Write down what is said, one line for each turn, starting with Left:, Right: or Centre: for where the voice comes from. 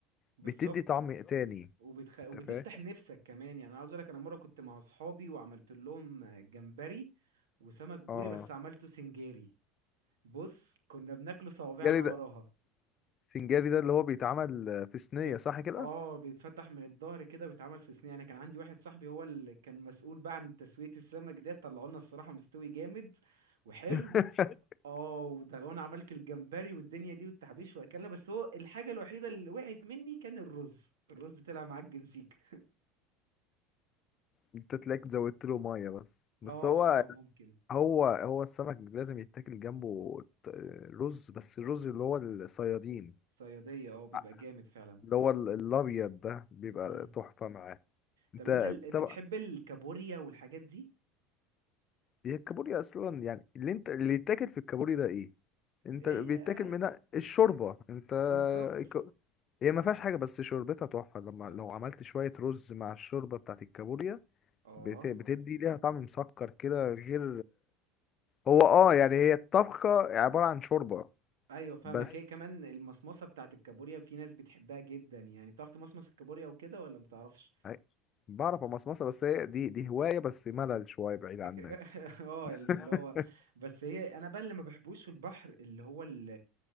Right: بالظبط
Left: بتدي طعم تاني
Right: وبتخ... وبتفتح
Left: انت فاهم
Right: نفسك كمان يعني انا عاوز اقولك انا مره كنت مع اصحابي وعملت لهم جمبري وسمك بوري
Left: اه
Right: بس عملته سنجاري بص كنا بناكله صوابعنا
Left: سنجاري
Right: وراها
Left: ده سنجاري ده اللي هو بيتعمل في صينية
Right: بت...
Left: صح كده
Right: اه بيتفتح من الظهر كده بيتعمل في صينية يعني كان عندي واحد صاحبي هو اللي كان مسؤول بقى عن تسوية السمك ده طلعوا لنا الصراحة مستوي جامد وحلو
Left: <laughs>
Right: اه وده وانا عملت الجمبري والدنيا دي والتحبيش واكلنا بس هو الحاجة الوحيدة اللي وقعت مني كان الرز الرز طلع معجن سيك
Left: انت تلاقيك زودت له مية بس بس
Right: اه
Left: هو
Right: اه ممكن
Left: هو هو السمك لازم يتاكل جنبه ت- رز بس الرز اللي هو الصيادين
Right: صيادية اه بيبقى
Left: ع-
Right: جامد فعلا
Left: اللي هو ال- الابيض ده بيبقى
Right: مم.
Left: تحفة معاه انت
Right: طب انت ال- بتحب
Left: طب
Right: الكابوريا والحاجات دي
Left: هي الكابوريا اصلا يعني اللي انت اللي يتاكل في الكابوريا ده ايه انت
Right: ايه
Left: بيتاكل
Right: آه،
Left: منها الشوربه انت
Right: بالظبط
Left: الك- هي ما فيهاش حاجه بس شوربتها تحفه لما
Right: اه
Left: لو عملت شويه رز مع الشوربه بتاعت الكابوريا
Right: آه.
Left: بت- بتدي ليها طعم مسكر كده غير هو اه يعني هي الطبخه عباره عن شوربه ايوه
Right: ايوه فاهمك
Left: بس
Right: هي كمان المصمصه بتاعت الكابوريا في ناس بتحبها جدا يعني بتعرف تمصمص الكابوريا وكده ولا ما بتعرفش
Left: هي- بعرف امصمصه بس هي دي دي هوايه بس ملل شويه بعيد عنك
Right: <laughs> اه
Left: <laughs>
Right: يعني اللي هو
Left: اه
Right: بس هي انا بقى اللي ما بحبوش في البحر اللي هو ال-